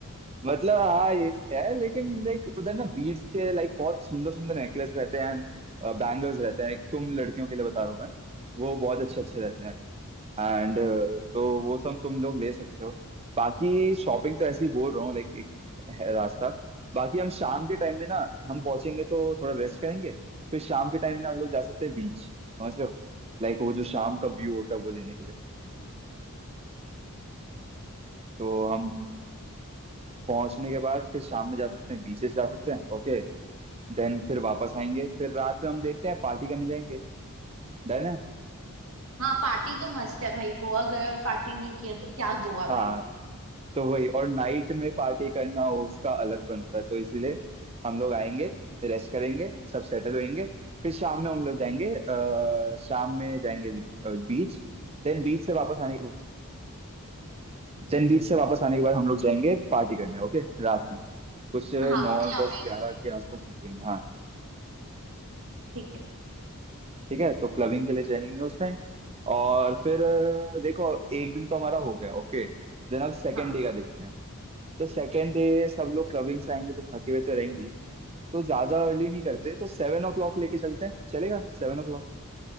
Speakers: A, on the right (about 25°); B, on the right (about 65°).
A: हाँ ये भी है लेकिन लाइक उधर ना बीट्स के लाइक बहुत सुंदर सुंदर नेकलेस रहते हैं एंड बैंगल्स रहते हैं तुम लड़कियों के लिए बता रहा हूँ मैं वो बहुत अच्छे अच्छे रहते हैं एंड तो वो सब तुम लोग ले सकते हो बाकी शॉपिंग तो ऐसे ही बोल रहा हूँ लाइक एक है रास्ता बाकी हम शाम के टाइम में ना हम पहुंचेंगे तो थोड़ा रेस्ट करेंगे फिर शाम के टाइम में हम लोग जा सकते हैं बीच समझ रहे हो लाइक वो जो शाम का व्यू होता है वो लेने के लिए तो हम पहुंचने के बाद फिर शाम में जा सकते हैं बीचेस जा सकते हैं ओके देन फिर वापस आएंगे फिर रात में हम देखते हैं पार्टी करने जाएंगे डन है
B: हाँ पार्टी तो मस्त है भाई गोवा गए और पार्टी नहीं किया तो क्या गोवा
A: हाँ
B: गए
A: तो वही और नाइट में पार्टी करना वो उसका अलग फन होता है तो इसीलिए हम लोग आएंगे रेस्ट करेंगे सब सेटल होएंगे फिर शाम में हम लोग जाएंगे अ, शाम में जाएंगे बीच देन बीच से वापस आने के देन बीच से वापस आने के बाद हम लोग जाएंगे पार्टी करने ओके रात में कुछ
B: हाँ
A: नौ
B: क्लबिंग
A: दस ग्यारह के आसपास निकलेंगे हाँ
B: ठीक है
A: ठीक है तो क्लबिंग के लिए चलेंगे उस टाइम और फिर अ, देखो एक दिन तो हमारा हो गया ओके देन अब सेकेंड
B: हाँ
A: डे का देखते हैं तो सेकेंड डे सब लोग क्लबिंग से आएंगे तो थके हुए तो रहेंगी तो ज्यादा अर्ली नहीं करते तो सेवन ओ क्लॉक लेके चलते हैं चलेगा सेवन ओ